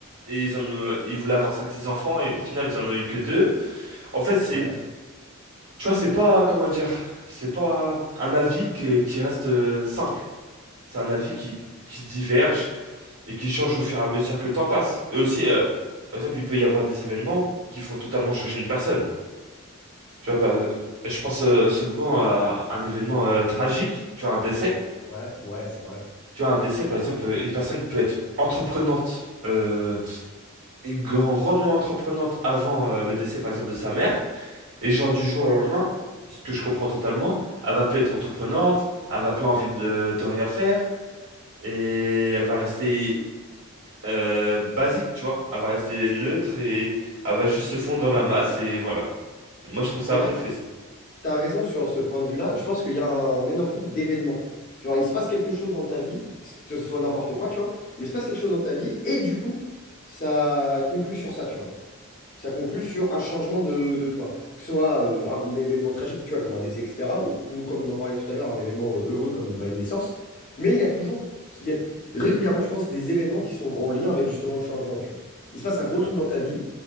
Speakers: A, on the right (about 70°); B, on the left (about 35°).
A: et ils en ont, euh, ils voulaient avoir cinq, six enfants et au final ils en ont eu que deux. En fait c'est,
B: ouais.
A: tu vois, c'est pas comment dire, c'est pas un avis qui, est- qui reste euh, simple. C'est un avis qui qui diverge et qui change au fur et à mesure que le temps passe. Et aussi, euh, par exemple, il peut y avoir des événements qui font totalement changer une personne. Tu vois, pas- je pense euh, souvent à un événement euh, tragique, tu vois, un décès.
B: Ouais, ouais, c'est vrai.
A: Tu vois, un décès, par exemple, euh, une personne peut être entreprenante, euh, et grand- grandement entreprenante avant euh, le décès, par exemple, de sa mère. Et genre, du jour au lendemain, ce que je comprends totalement, elle va plus être entreprenante, elle va plus envie de, de rien faire. Et elle va rester euh, basique, tu vois. Elle va rester neutre et elle va juste se fondre dans
B: Mhm.
A: la masse. Et voilà. Moi, je trouve
B: C'est
A: ça un
B: vrai
A: peu
B: que
A: triste.
B: tu as raison sur ce point de vue-là. Je pense qu'il y a un énorme truc d'événement. Genre, il se passe quelque chose dans ta vie, que ce soit n'importe quoi, tu vois, mais il se passe quelque chose dans ta vie, et du coup, ça conclut sur ça, tu vois. Ça conclut sur un changement de, de toi. Que ce soit euh, un événement tragique, tu vois, comme un décès, etc., ou, ou comme on en parlait tout à l'heure, un événement euh, heureux comme bah, une naissance. Mais il y a toujours, il y a régulièrement, je pense, des événements qui sont en lien avec justement le changement, tu vois. Il se passe un gros truc dans ta vie,